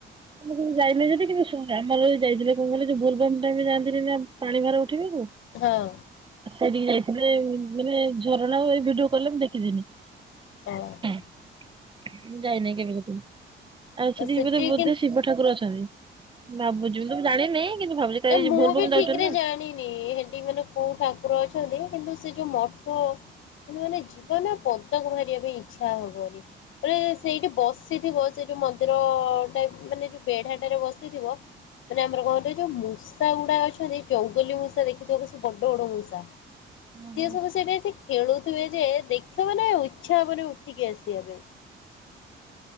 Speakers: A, on the right; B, on the left.
A: ଆମେ କେବେ ଯାଇନେ ସେଠିକି କିନ୍ତୁ ଶୁଣି ଆମର ଯାଇଥିଲେ କଣ କହିଲ ଯୋଉ ବୋଲବମ୍ ଟାଇମ ରେ ଯାଆନ୍ତିନି ନା ପାଣି ଭାର ଉଠେଇବାକୁ।
B: ହଁ।
A: ସେଇଟିକି ଯାଇଥିଲେ ମାନେ ଝରଣା ଆଉ ଏ ଭିଡ଼ିଓ କଲ୍ ରେ ମୁଁ ଦେଖିଦେଲି।
B: ଓହୋ
A: ମୁଁ ଯାଇ ନାଇ କେବେ ସେଠିକି ଆଉ ସେଠିକି
B: ସେଠି
A: ଗଲେ ବୋହୁତ ଠାକୁର ଅଛନ୍ତି ଭାବୁଛି ମୁଁ ତ ଜାଣିନି କିନ୍ତୁ ଭାବୁଛି କାଳେ
B: ଯେ ମୁଁ
A: ବୋଲବମ୍
B: ବି
A: ଯାଉଛନ୍ତି
B: ଠିକ୍ ରେ
A: ନା।
B: ଜାଣିନି ହେଟି ମାନେ କୋଉ ଠାକୁର ଅଛନ୍ତି କିନ୍ତୁ ସେ ଯୋଉ ମଠ ସେଟୀ ମାନେ ଜୀବନା ପଦାକୁ ବାହାରିବା ପାଇଁ ଇଚ୍ଛା ହବନି। ତାପରେ ସେଇଠି ବସିଥିବ ସେ ଯୋଉ ମନ୍ଦିର ଟାଇପ୍ ମାନେ ଯୋଉ ବେଢାଟାରେ ବସିଥିବ ମାନେ ଆମର କହନ୍ତି ଯେ ମୁଁ ମୂଷା ଗୁଡା ଅଛନ୍ତି ଜଙ୍ଗଲୀ ମୂଷା ଦେଖିଥିବ ସେ ବଡ ବଡ ମୂଷା
A: ଓହୋ
B: ସିଏ ସବୁ ସେଇଠି ଏଠି ଖେଳୁଥିବେ ଯେ ଦେଖିବ ମାନେ ଇଚ୍ଛା ହବନି ଉଠିକି ଆସିବା ପାଇଁ।